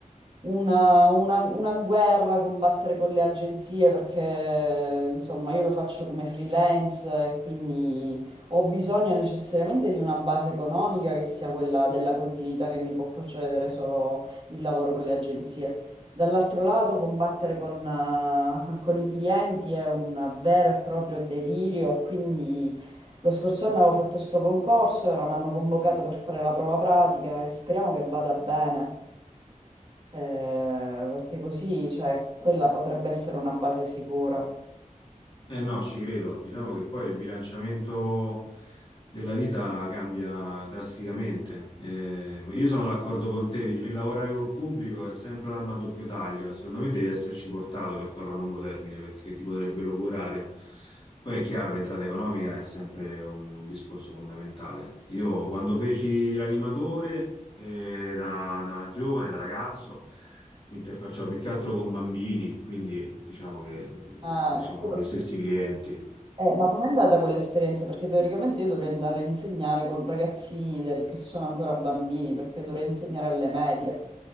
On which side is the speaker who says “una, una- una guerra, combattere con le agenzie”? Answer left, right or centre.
Right